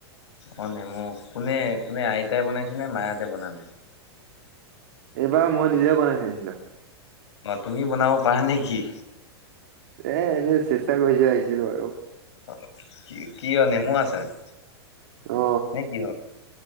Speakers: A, on the left; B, on the right.
A: অ নেমু, কোনে কোনে আইতাই বনাইছে নে? মাহতে বনালে?
B: এইবাৰ মই নিজে বনাই চাইছিলো।
A: তুমি বনাব পাৰা নেকি?
B: এ এনেই চেষ্টা কৰি চাইছিলো আৰু।
A: অ কি কিহ নেমু আচাৰ?
B: অ
A: নে কিহৰ?